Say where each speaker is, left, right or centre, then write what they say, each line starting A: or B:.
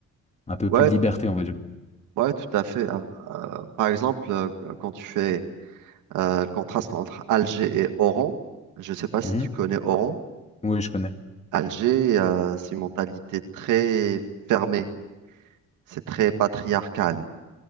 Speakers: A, on the left; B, on the right.
A: un peu
B: ouais,
A: plus de liberté, on va dire.
B: ouais, tout à fait. Euh, euh, par exemple, euh, quand tu fais euh, le contraste entre Alger et Oran, je ne sais pas si
A: Mhm.
B: tu connais Oran.
A: Oui, je connais.
B: Alger, euh, c'est une mentalité très fermée, c'est très patriarcal.